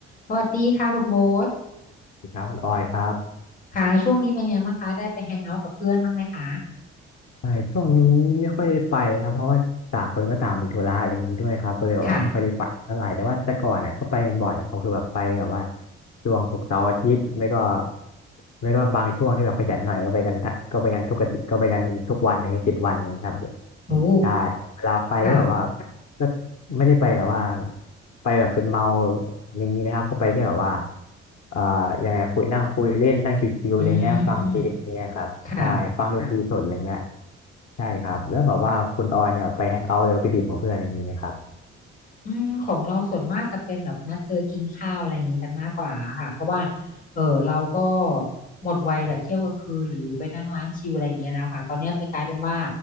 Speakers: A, on the left; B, on the left.
A: สวัสดีค่ะคุณโบ๊ท
B: สวัสดีครับคุณออยครับ
A: ค่ะช่วงนี้เป็นไงบ้างคะได้ไปแฮงเอาท์กับเพื่อนบ้างไหมคะ
B: ไม่ช่วงนี้ไม่ค่อยได้ไปครับเพราะว่าต่างคนก็ต่างมีธุระอะไรอย่างนี้ด้วยครับก็เลยแบบว่าไม่ค่อยได้ไปเท่าไหร่แต่ว่าแต่ก่อนเนี่ยก็ไปกันบ่อยเขาคือแบบไปแบบว่า
A: ค่ะ
B: ช่วงศุกร์เสาร์อาทิตย์ไม่ก็ไม่ก็บางช่วงที่แบบขยันหน่อยก็ไปกันทั้งก็ไปกันทุกอาทิตย์ก็ไปกันทุกวันอย่างเงี้ยเจ็ดวันอย่างเงี้ยครับ
A: โอ้
B: ใช่เวลาไปก็แบบว่า
A: ค่ะ
B: ก็ไม่ได้ไปแบบว่าไปแบบจนเมาอย่างนี้นะครับเข้าไปที่แบบว่าเอ่อยังไงนะคุยนั่งคุยเล่นนั่งชิวๆอะไรเงี้ยฟังเพลงอะไรเงี้ยครับ
A: อืมค่ะ
B: ใช่ฟังดคนตรัรีบสดอะไรเงี้ยใช่ครับแล้วแบบว่าคุณออยเนี่ยไปแฮงเอาท์หรือว่าไปดื่มกับเพื่อนอย่างนี้ไหมครับ
A: อืมของเราส่วนมากจะเป็นแบบนัดเจอกินข้าวอะไรอย่างนี้กันมากกว่าค่ะเพราะว่าเออเราก็หมดวัยแบบเที่ยวกลางคืนหรือไปนั่งร้านชิลอะไรอย่างเงี้ยแล้วค่ะตอนเนี้ยไปกลายเป็นว่า